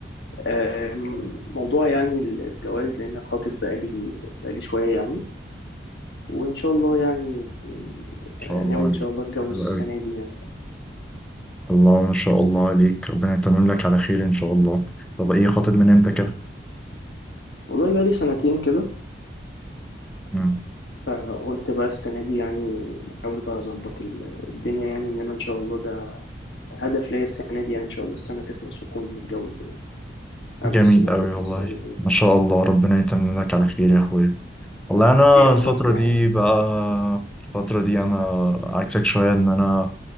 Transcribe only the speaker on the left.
آم، موضوع يعني الجواز لأن خاطب بقالي بقالي شوية يعني وإن شاء الله يعني
آه،
ناوي
إن شاء الله أتجوز
السنة
دي يعني
والله بقالي سنتين كده
فقلت بقى السنة دي يعني بحاول بقى أظبط ال- الدنيا يعني إن أنا إن شاء الله ده هدف ليا السنة دي يعني إن شاء الله السنة تخلص وأكون متجوز يعني قبل
السنة
ما تخلص
يعني بإذن
الله
يا رب
يا
حبيبي